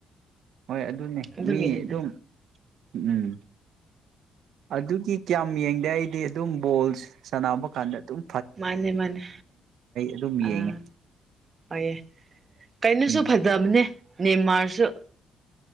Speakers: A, on the right; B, on the right.
A: ꯍꯣꯏ ꯑꯗꯨꯅꯦ
B: ꯑꯗꯨꯒꯤꯅꯤꯗ
A: ꯃꯤ ꯑꯗꯨꯝ__ ꯏ ꯏꯝ ꯑꯗꯨꯗꯤ ꯀꯌꯥꯝ ꯌꯦꯡꯗꯦ ꯑꯩꯗꯤ ꯑꯗꯨꯝ ꯕꯣꯜ ꯁꯥꯟꯅꯕ ꯀꯥꯟꯗ ꯑꯗꯨꯝ__
B: ꯃꯥꯟꯂꯦ ꯃꯥꯅꯦ
A: ꯑꯗꯨꯝ
B: ꯑꯥ
A: ꯌꯦꯡꯉꯦ
B: ꯐꯌꯦ ꯀꯩꯅꯣꯁꯨ
A: ꯎꯝ
B: ꯐꯖꯕꯅꯦ__ ꯅꯤꯝꯃꯔꯁꯨ